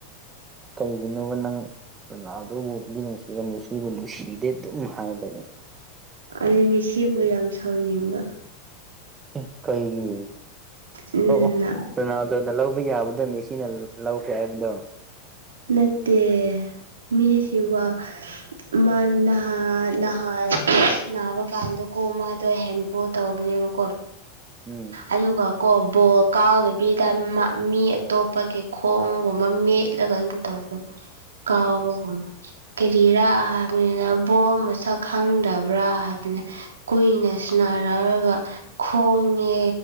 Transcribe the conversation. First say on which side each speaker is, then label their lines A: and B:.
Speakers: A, on the right; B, on the right.
A: ꯀꯩꯒꯤꯅꯣꯕ ꯅꯪ ꯔ‌ꯣꯅꯥꯜꯗ‌ꯣꯕꯨꯗꯤ ꯅꯨꯡꯁꯤꯔ ꯃ‌ꯦꯁꯤꯕꯨ ꯅꯨꯡꯁꯤꯗꯦ ꯑꯗꯨꯝ ꯍꯥꯏꯕ
B: ꯑꯩ ꯃ‌ꯦꯁꯤꯕꯨ ꯌꯥꯝ ꯁꯥꯎꯅꯤꯡꯕ
A: ꯑꯦ ꯀꯩꯒꯤ
B: ꯎꯝ
A: ꯑꯣ ꯑꯣ ꯔ‌ꯣꯅꯥꯜꯗ‌ꯣ <unintelligible> ꯂꯧꯕ ꯌꯥꯕꯗꯣ ꯃ‌ꯦꯁꯤꯅ ꯂꯧꯈꯔ‌ꯦ ꯍꯥꯏꯕꯗꯣ
B: ꯅꯠꯇꯦ ꯃꯤ ꯁꯤꯕꯥ ꯃ ꯅꯍꯥ ꯅꯍꯟ ꯅꯥꯕ ꯀꯥꯟꯗꯀꯣ ꯃꯥꯗꯣ ꯍꯦꯟ ꯕꯣꯜ ꯇꯧꯕꯅꯦꯕꯀꯣ
A: ꯎꯝ
B: ꯑꯗꯨꯒꯀ‌ꯣ ꯕꯣꯜ ꯀꯥꯎꯗ ꯕꯤꯗ ꯃꯤ ꯑꯇꯣꯞꯄꯒꯤ ꯈꯣꯡꯒꯨꯝꯕ ꯃꯦꯠꯂꯒ ꯑꯗꯨꯝ <unintelligible> ꯇꯧꯕꯗ‌ꯣ ꯀꯥꯎꯕꯒꯨꯝꯕ ꯀ‌ꯦꯔꯤꯔꯥ ꯍꯥꯏꯕꯅꯤꯗ ꯕꯣꯜ ꯃꯁꯛ- ꯈꯪꯗꯕ꯭ꯔꯥ ꯍꯥꯏꯕꯅꯦ ꯀꯨꯏꯅ ꯁꯟꯅꯔꯑꯒ ꯈꯣꯡꯅꯦ